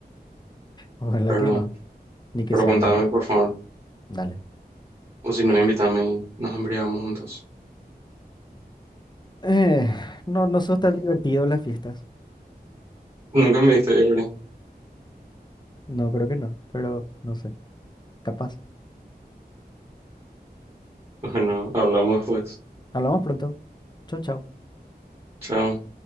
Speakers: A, on the left; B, on the right.
A: Ojalá
B: pero...
A: que no, ni que
B: Preguntame,
A: sea malo.
B: por favor.
A: Dale.
B: O si no, invítame y nos embriagamos juntos.
A: Eh, no, no sos tan divertido en las fiestas.
B: Nunca me diste, Evelyn. <laughs>
A: No, creo que no, pero no sé. Capaz.
B: Bueno, hablamos pues.
A: Hablamos pronto. Chau, chau.
B: Chao.